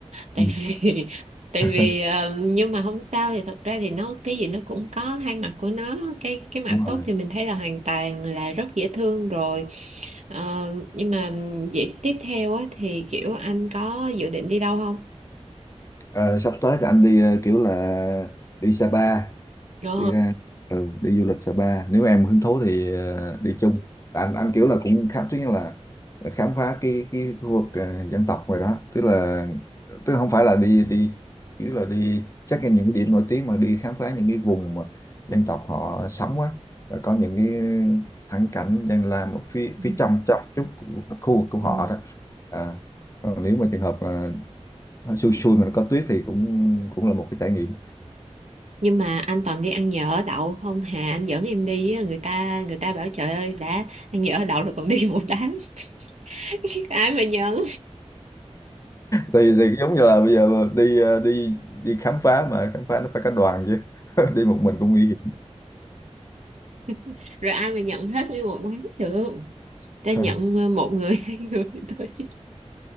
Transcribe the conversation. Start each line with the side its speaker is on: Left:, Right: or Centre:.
Right: tại
Left: Ừ,
Right: vì <laughs> tại
Left: <laughs>
Right: vì ờ, nhưng mà không sao thì thật ra thì nó cái gì nó cũng có hai mặt của nó cái cái mặt
Left: đúng
Right: tốt
Left: rồi.
Right: thì mình thấy là hoàn toàn là rất dễ thương rồi Ờ, nhưng mà vậy tiếp theo á, thì kiểu anh có dự định đi đâu không
Left: Ờ, sắp tới thì anh đi ờ, kiểu là đi Sapa
Right: ờ
Left: đi ra ừ, đi du lịch Sapa nếu em hứng thú thì ờ, đi chung Tại anh anh kiểu là cũng khám thứ nhất là khám phá cái cái khu vực ờ, dân tộc ngoài đó tức là tức là không phải là đi đi kiểu là đi check in những điểm nổi tiếng mà đi khám phá những cái vùng mà dân tộc họ sống á rồi có những cái thắng cảnh dân làm ở phía
Right: Ừ.
Left: phía trong trong chút của- khu vực của họ
Right: ừ.
Left: đó à, còn nếu mà trường hợp ờ, xui xui mà nó có tuyết thì cũng cũng là một cái trải nghiệm
Right: nhưng mà anh toàn đi ăn nhỡ ở đậu không hà anh dẫn em đi á, người ta người ta bảo trời ơi đã ăn nhỡ ở đậu rồi còn đi một đám <laughs> ai mà nhận
Left: thì thì giống như là bây giờ đi ờ, đi đi khám phá mà khám phá nó phải cả đoàn chứ <laughs> đi một mình cũng nguy hiểm
Right: <laughs> rồi ai mà nhận hết nguyên một đám được ta nhận
Left: <laughs>
Right: ờ, một người <laughs> hai người thôi chứ